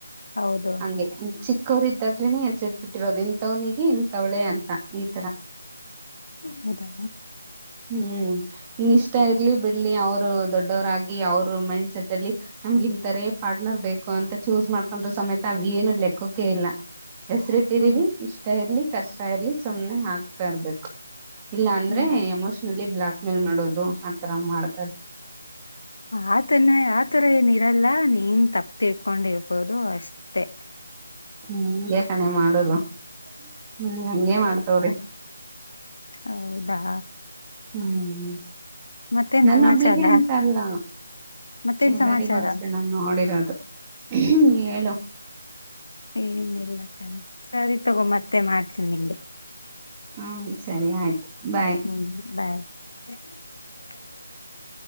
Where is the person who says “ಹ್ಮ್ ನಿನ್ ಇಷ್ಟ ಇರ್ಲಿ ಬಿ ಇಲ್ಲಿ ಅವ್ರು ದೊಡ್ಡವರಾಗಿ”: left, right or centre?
Right